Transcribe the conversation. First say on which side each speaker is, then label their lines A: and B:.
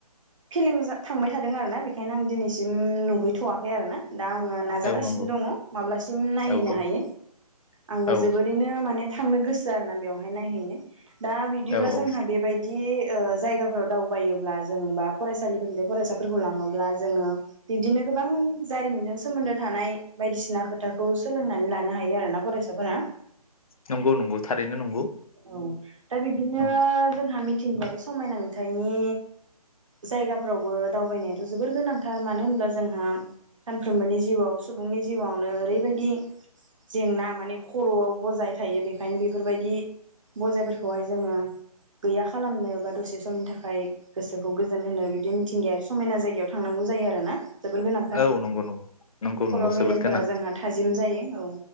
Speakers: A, on the right (about 50°); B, on the left (about 60°).
A: फिलिं थांबाय थादों आरो ना बे ओंखायनो आं दिनैसिम नुहैथ'वाखै आरो ना। दा आङो नाजागासिनो
B: औ नंगौ
A: दङ माब्लासिम नायहैनो
B: औ औ
A: हायो आंबो
B: औ
A: जोबोरैनो माने थांनो गोसो आरोना बेवहाय नायहैनो। दा बिदिब्ला
B: औ
A: जोंहा
B: औ
A: बेबायदि जायगाफोराव दावबायोब्ला जों बा फरायसालिफोरनि बे फरायसाफोरखौ लाङोब्ला जोङो बिब्दिनो गोबां जारिमिनजों सोमोन्दो थानाय बायदिसिना खोथाखौ सोलोंनानै लानो हायो आरोना फरायसाफोरा
B: नंगौ नंगौ थारैनो नंगौ
A: औ दा बिदिनो
B: औ
A: जोंहा मिथिंगायारि समायना नुथायनि जायगाफोरावबो दावबायनायाथ' जोबोर गोनांथार मानो होनब्ला जोंहा सानफ्रोमबोनि जिउआव सुबुंनि जिउआवनो ओरैबायदि जेंना माने खर'आव बजाय थायो बेखायनो बेफोरबायदि बजाय फोरखौहाय जोङो गैया खालामनो बा दसे समनि थाखाय गोसोखौ जोन बिदि मिथिंगायारि समायना जायगायाव थांनांगौ जायो आरो ना। जोबोर गोनांथार
B: औ नंगौ नंगौ नंगौ
A: खर'
B: नंगौ जोबोद
A: मेलेमफोरा
B: गोनां
A: जोंहा थाजिम जायो। औ।